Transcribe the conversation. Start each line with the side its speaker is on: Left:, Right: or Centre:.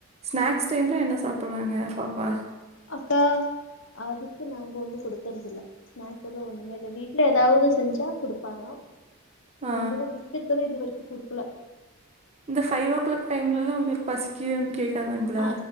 Right: ஸ்நாக்ஸ்
Left: ஆ
Right: டைம்ல என்ன சாப்பிடுவாங்க பாப்பா
Left: அக்கா அதுக்கு நாங்க ஒன்னு குடுக்றதுல்ல ஸ்நாக்ஸ் எதுவு ஒண்ணுமே இல்ல வீ ட்ல ஏதாவது செஞ்சா குடுப்பாங்க
Right: ஆ.
Left: இப்ப வந்து பிஸ்கட் வந்து இது வரைக்கு குடுக்கல
Right: இந்த ஃபைவ் ஓ கிளாக் டைம்லலா உங்களுக்கு பசிக்குதுன்னு கேக்காதாங்ளா
Left: ஆ